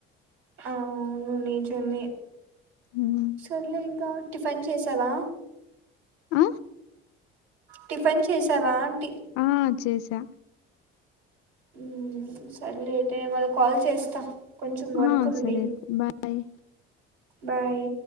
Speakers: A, on the right (about 85°); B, on the left (about 85°).
A: అవును నిజమే
B: హ్మ్.
A: సర్లే ఇంకా టిఫన్ చేసావా
B: అ
A: టిఫిన్ చేసావా అంటి
B: ఆ చేసా
A: హ్ సరే లెట్ అయ్యా గాదా కాల్ చేస్తా కొంచెం వర్క్
B: ఆ!
A: ఉంది.
B: సరే అయితే బాయ్.
A: బాయ్